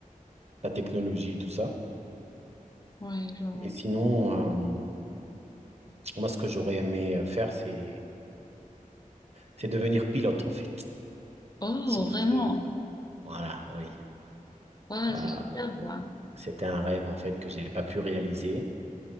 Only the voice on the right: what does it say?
la technologie, tout ça.
Mais sinon, euh, moi, ce que j'aurais aimé faire, c'est C'est devenir pilote, en fait.
Sauf
que, euh, voilà, oui.
Euh,
c'était un rêve, en fait, que j'ai pas pu réaliser.